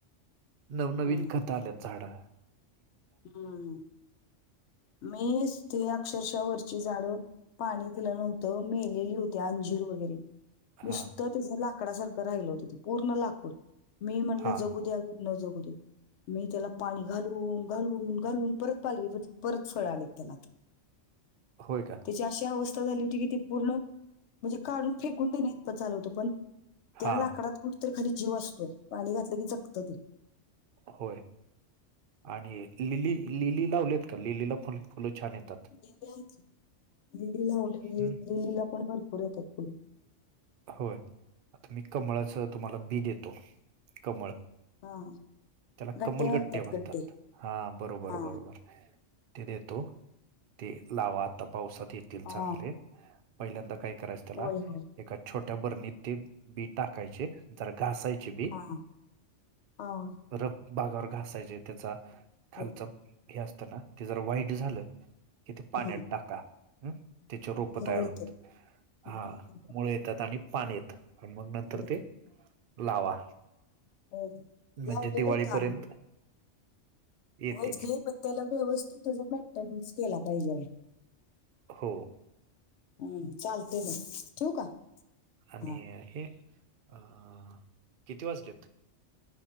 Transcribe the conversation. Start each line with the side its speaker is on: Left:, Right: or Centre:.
Right: नवनवीन
Left: हम्म,
Right: खत आल्यात झाडा
Left: हम्म मीच ती अक्षरशः वरची झाड पाणी दिलं नव्हतं मेलेली होती अंजीर वगैरे
Right: हा
Left: नुसतं तेचं लाकडासारखं राहिल होत ते पूर्ण लाकूड मी म्हणलं
Right: हा
Left: जगू जगू दे न जगू दे, मी त्याला पाणी घालून घालून घालून परत पालवी परत फळ आलेत त्याला.
Right: होय का.
Left: तेची अशी अवस्था झाली होती की ते पूर्ण म्हणजे काढून फेकून देण्याइतपत झाल होत पण त्या
Right: हा
Left: लाकडात कुठेतरी खाली जीव असतोय पाणी घातलं की जगतं ते.
Right: होय. आणि लिली लिली लावलेत का? लिलीला पण फुलं छान येतात.
Left: लिली लावलेत
Right: हम्म
Left: लिलीला पण भरपूर येतात फुल.
Right: होय आता मी कमळाच तुम्हाला बी देतो कमळ
Left: हा.
Right: त्याला
Left: गड्डे
Right: कमलगट्टे म्हणतात
Left: गड्डे
Right: हा बरोबर
Left: हा
Right: बरोबर. ते देतो ते लावा आता पावसात येतील
Left: हा
Right: चांगले. पहिल्यांदा काय करायचं त्याला
Left: होय होय
Right: एका छोट्या बरणीत ते बी टाकायचे जरा घासायचे बी.
Left: ह ह.
Right: रफ भागावर घासायचे त्याचा खालचा
Left: होय
Right: हे असताना ते जरा व्हाईट झालं कि ते पाण्यात
Left: हं
Right: टाका हम. त्याचे रोप
Left: मुळं
Right: तयार
Left: येतात
Right: होत
Left: मुळं
Right: हा.
Left: येतात
Right: मुळे येतात आणि पान येतात आणि मग नंतर
Left: होय
Right: ते लावा.
Left: हो हो
Right: म्हणजे
Left: लावलेलं
Right: दिवाळीपर्यंत
Left: होतं आम्ही.
Right: येतील
Left: होयच की पण त्याला व्यवस्थित त्याच मेंटेनन्स केला पाहिजेल
Right: हो
Left: हम्म चालतय मग ठेवू का
Right: आणि
Left: हा
Right: हे अ किती वाजलेत